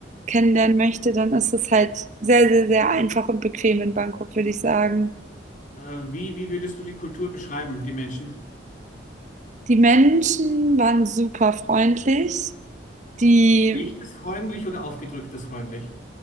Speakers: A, on the right; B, on the left.
A: kennenlernen möchte, dann ist es halt sehr, sehr, sehr einfach und bequem in Bangkok, würde ich sagen.
B: Äh, wie, wie würdest du die Kultur beschreiben, die Menschen?
A: Die Menschen waren super freundlich. Die,
B: Echtes freundlich oder aufgedrücktes freundlich?